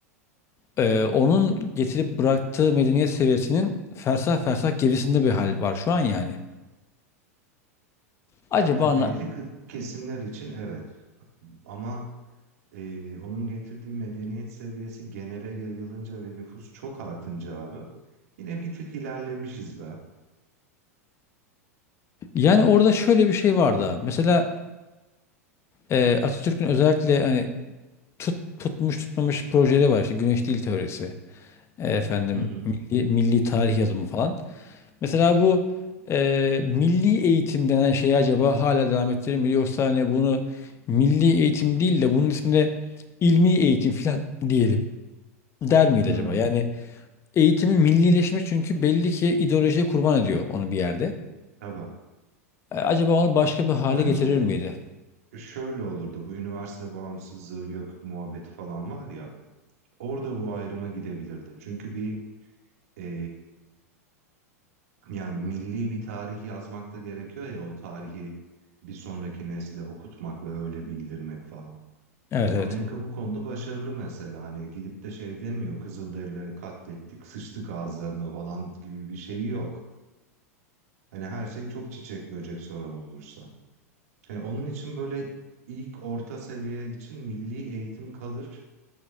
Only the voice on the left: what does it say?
E, onun getirip bıraktığı medeniyet seviyesinin fersah fersah gerisinde bir hal var şu an yani. Acaba
anla...
Yani orada şöyle bir şey vardı abi. Mesela e, Atatürk'ün özellikle hani tut, tutmuş tutmamış projeleri var. İşte güneş dil teorisi. e, efendim
milli, milli tarih yazımı falan. Mesela bu e, milli eğitim denen şeyi acaba hala devam ettirir mi? Yoksa hani bunu milli eğitim değil de bunun ismine ilmi eğitim falan diyelim. Der miydi
acaba? Yani eğitimi millileşme çünkü belli ki ideolojiye kurban ediyor onu bir yerde.
E, acaba onu başka bir hale
getirir miydi?
Evet
evet.